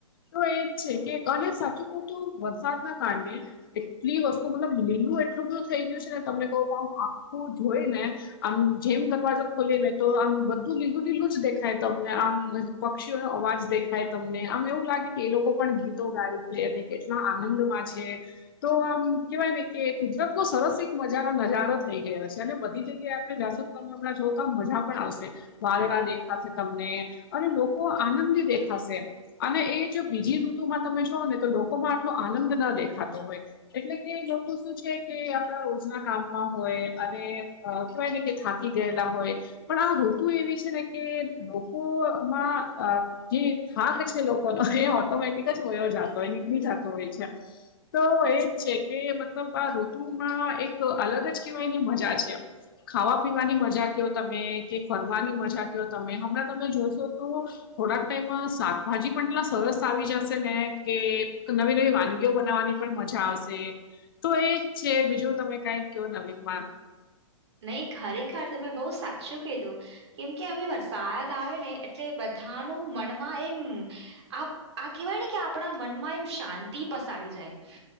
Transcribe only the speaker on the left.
તો એ જ છે કે અને સાચું કહતું વરસાદના કારણે પ્લી વસ્તુ મતલબ લીલું એટલું બધું થઈ ગયું છે ને તમને કહું આમ આખું જોઈ ને આમ જેમ દરવાજો ખોલી ને તો આમ બધું લીલું લીલું જ દેખાય તમને આમ પક્ષીઓ નો અવાજ દેખાય તમને આમ એવું લાગે કે એ લોકો પણ ગીતો ગાય છે અને એટલા આનંદમાં છે. તો આમ કેવાય ને કે કુદરત બહ સરસ એક મજારો નજારો થઈ ગયો છે અને બધી જગ્યાએ આપણે જાશું પણ હમણાં જો કામ મજા પણ આવશે. વારણા દેખાશે તમને અને લોકો આનંદી દેખાશે અને એ જો બીજી ઋતુમાં તમે જો ને તો લોકોમાં આટલો આનંદ ન દેખાતો હોય એટલે કે લોકો શું છે કે આપડા રોજના કામમાં હોય અને અ કહેવાય કે થાકી ગયેલા હોય પણ આ ઋતુ એવી છે ને કે લોકોમાં જે થાક છે લોકોનો એ ઓટોમેટિક જ વયો જતો હોય નીકળી જતો હોય છે. તો એ છે કે મતલબ આ ઋતુમાં એક અલગ જ કહેવાયની મજા છે એમ ખાવા પીવાની મજા કયો તમે કે ફરવાની મજા કયો તમે હમણાં તમે જોશો તો થોડાક ટાઈમ શાકભાજી પણ એટલા સરસ આવી જશે ને કે નવી નવી વાનગીઓ બનાવવાની પણ મજા આવશે તો એ છે બીજું તમે કઈક કયો નવીનમાં